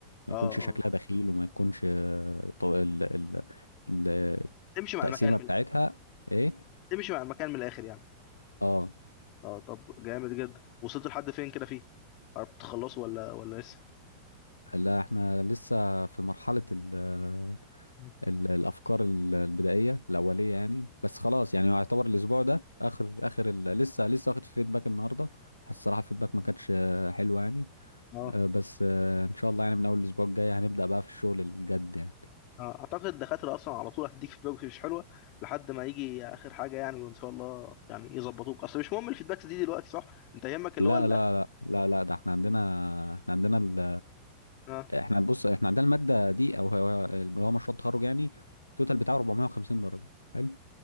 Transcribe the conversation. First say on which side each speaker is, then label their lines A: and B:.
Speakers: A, on the left (about 40°); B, on the left (about 85°).
A: اه
B: ما يكونش
A: اه
B: شكلها دخيل وما يكونش آه، ط- ال- ال- ال-
A: تمشي مع
B: التقسيمة
A: المكان من
B: بتاعتها
A: الاخر
B: إيه
A: تمشي مع المكان من الاخر يعني
B: اه
A: اه طب جامد جدا وصلت لحد فين كده فيه قربت تخلصه ولا ولا لسه
B: لا احنا لسه في مرحلة ال-
A: مم.
B: الافكار ال- البدائيه الاوليه يعني بس خلاص يعني هو يعتبر الاسبوع ده اخر اخر ال... لسه لسه واخد فيدباك النهارده الصراحه الفيدباك ما كانتش آه، حلو يعني
A: اه
B: آه، بس آه، ان شاء الله يعني من اول الاسبوع الجاي هنبدا بقى في الشغل الجد يعني
A: آه، اعتقد الدكاتره اصلا على طول هتديك فيدباك مش حلوه لحد ما يجي اخر حاجه يعني وان شاء الله يعني يظبطوك اصل مش مهم الفيدباكس دي دلوقتي صح انت يهمك اللي
B: لا
A: هو الاخر
B: لا لا لا لا ده احنا عندنا احنا عندنا ال...
A: اه
B: احنا بص احنا عندنا الماده دي او هو اللي هو مشروع التخرج يعني التوتال بتاعه 450 درجه حلو